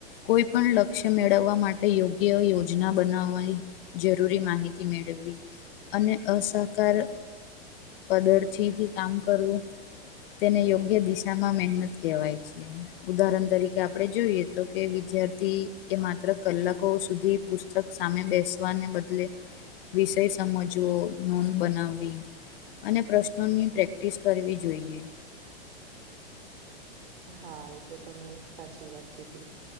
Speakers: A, on the left; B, on the right.
A: કોઈ પણ લક્ષ્ય મેળવવા માટ ટે યોગ્ય યોજના બનાવવાય. જરૂરી માહિતી મેળવી અને અસહકાર. કદરથી જ કામ કરવું તેને યોગ્ય દિશામાં મહેનત કહેવાય છે. ઉદાહરણ તરીકે આપણે જોઈએ તો કે વિદ્યાર્થી એ માત્ર કલાકો સુધી પુસ્તક સામે બેસવાને બદલે, વિષય સમજવો નોંધ બનાવવી. અને પ્રશ્નોની પ્રેક્ટિસ કરવી જોઈએ.
B: હા એ તો તમે સાચી વાત કીધી,